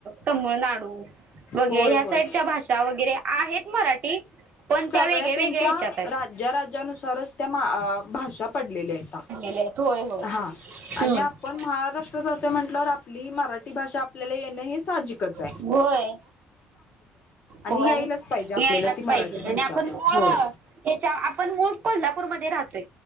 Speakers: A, on the right; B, on the left.
A: तमळनाडू वगैर
B: होय
A: ह्या
B: होय
A: साईडच्या भाषा वगैरे, आहेत मराठी पण
B: सगळ्या
A: त्या वेगळ्या
B: त्यांच्या
A: वेगळ्या ह्याच्यात आहेत
B: राज्या राज्यानुसारच त्या मा भाषा पडलेल्या आयता
A: <unintelligible> होय होय.
B: आणि
A: हम्म
B: आपण महाराष्ट्र राहतो म्हटल्यावर आपली मराठी भाषा आपल्याला येणं हे साजिकच हाय.
A: होय. हो
B: यायलाच
A: आणि
B: पाहिजे आपल्याला
A: यायलाच
B: ती मराठी
A: पाहिजे
B: भाषा
A: आणि आपण मुळ
B: होय
A: हेच्या आपण मूळ कोल्हापूरमध्ये राहतोय.